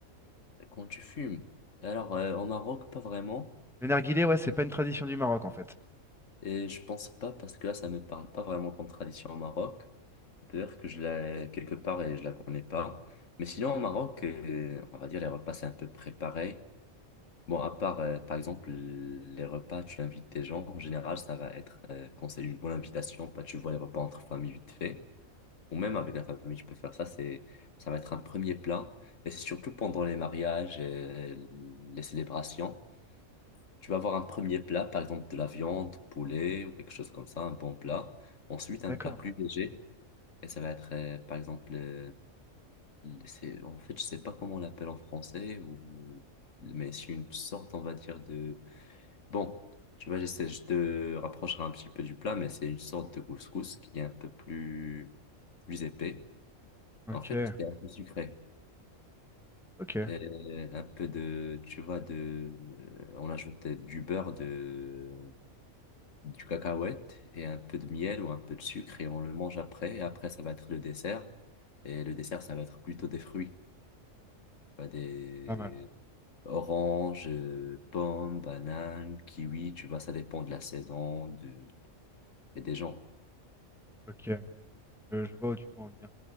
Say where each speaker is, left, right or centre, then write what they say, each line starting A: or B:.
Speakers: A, on the left; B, in the centre.
A: Quand tu fumes. Alors, euh, au Maroc, pas vraiment.
B: Le narguilé, ouais, c'est pas une tradition du Maroc, en fait.
A: Et je pense pas, parce que là, ça me parle pas vraiment comme tradition au Maroc. Peut-être que je l'ai quelque part et je la connais pas. Mais sinon, au Maroc, euh, on va dire, les repas, c'est un peu préparé. Bon, à part, euh, par exemple, les repas, tu invites des gens, en général, ça va être, euh, quand c'est une bonne invitation, pas tu vois les repas entre famille vite fait, ou même avec la famille, tu peux faire ça, c'est, ça va être un premier plat, et c'est surtout pendant les mariages et les célébrations, tu vas avoir un premier plat, par exemple de la viande, poulet, ou quelque chose comme ça, un bon plat, ensuite un
B: D'accord.
A: plat plus léger, et ça va être, euh, par exemple, euh, c'est, en fait, je sais pas comment on l'appelle en français, ou, mais c'est une sorte, on va dire, de Bon, tu vois, j'essaie, je te rapprocherai un petit peu du plat, mais c'est une sorte de couscous qui est un peu plus, plus épais.
B: Ok,
A: En fait, c'est un peu sucré.
B: ok,
A: Euh, un peu de, tu vois, de, euh, on ajoute du beurre, de, du cacahuète et un peu de miel ou un peu de sucre et on le mange après. Et après, ça va être le dessert. Et le dessert, ça va être plutôt des fruits. Pas Des
B: pas mal.
A: oranges, euh, pommes, bananes, kiwis, tu vois, ça dépend de la saison de, et des gens.
B: Ok, je, je vois où tu veux en venir.